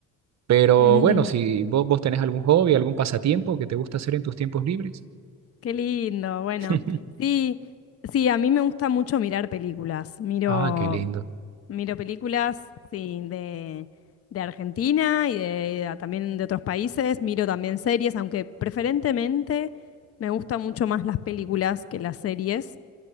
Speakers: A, on the right (about 50°); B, on the left (about 40°).
A: pero
B: <laughs>
A: bueno, si vos, vos tenés algún hobby, algún pasatiempo que te gusta hacer en tus tiempos libres.
B: Qué lindo, bueno.
A: <laughs>
B: Sí, sí, a mí me gusta mucho mirar películas. Miro
A: Ah, qué lindo.
B: Miro películas, sí, de, de Argentina y de, también de otros países. Miro también series, aunque preferentemente me gustan mucho más las películas que las series.